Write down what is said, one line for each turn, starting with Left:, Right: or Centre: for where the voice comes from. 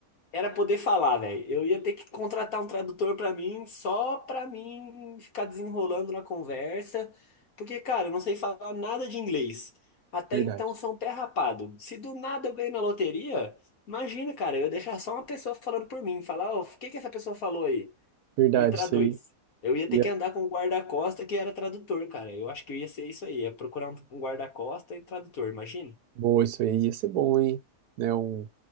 Left: era poder falar, velho. Eu ia ter que contratar um tradutor pra mim, só pra mim ficar desenrolando na conversa, porque, cara, eu não sei falar nada de inglês. Até
Right: Verdade.
Left: então eu sou um pé rapado. Se do nada eu ganhei na loteria, imagina, cara, eu ia deixar só uma pessoa falando por mim, falar, ó, o que que essa pessoa falou aí?
Right: Verdade,
Left: Me traduz.
Right: isso aí.
Left: Eu ia
Right: Ia,
Left: ter que andar com um guarda-costa que era tradutor, cara. Eu acho que eu ia ser isso aí, ia procurar um um guarda-costa e tradutor, imagina.
Right: boa, isso aí ia ser bom, hein? Né, um,